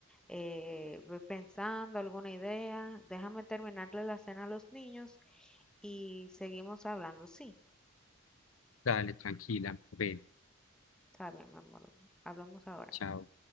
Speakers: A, in the centre; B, on the left.
A: eh, ve pensando alguna idea, déjame terminarle la cena a los niños y seguimos hablando. Sí,
B: Dale, tranquila, ven,
A: está bien, mi amor, hablamos ahora.
B: chao.